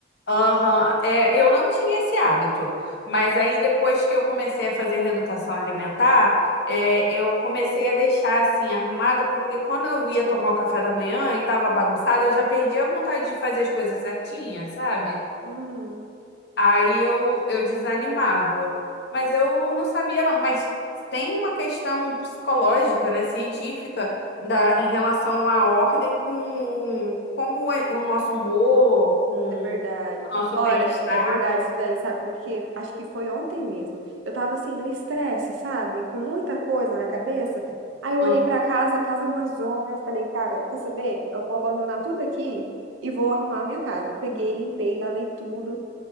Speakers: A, on the left (about 60°); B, on the right (about 85°).
A: Aham, é, eu não tinha esse hábito, mas aí depois que eu comecei a fazer reeducação alimentar, é, eu comecei a deixar assim arrumada, porque quando eu ia tomar o café da manhã e tava bagunçado, eu já perdi a vontade de fazer as coisas certinhas, sabe?
B: Uhum,
A: Aí eu, eu desanimava. Mas eu não sabia, não. Mas tem uma questão psicológica, né, científica, da, em relação à ordem com como é o nosso humor, com
B: é verdade.
A: o nosso
B: Olha,
A: bem-estar,
B: é verdade
A: né?
B: isso daí, sabe por quê? Acho que foi ontem mesmo. Eu tava assim no estresse, sabe? Com muita coisa na cabeça. Aí eu
A: Aham.
B: olhei pra casa, a casa é uma zona. Eu falei, cara, quer saber? Eu vou abandonar tudo aqui e vou arrumar a minha casa. Peguei, limpei, lavei tudo.